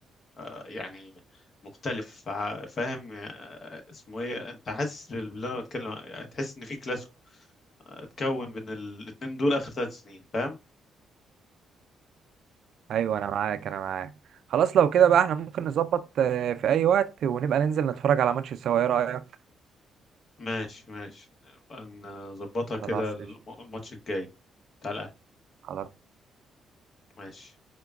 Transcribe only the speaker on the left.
آه، يعني مختلف ع- فاهم آه، اسمه ايه انت حاسس باللي انا بتكلم يعني تحس ان في كلاسيكو اتكون بين الاتنين دول اخر ثلاث سنين فاهم
ماشي ماشي نظبطها كده
الم-
الماتش الجاي بتاع الاهلي
ماشي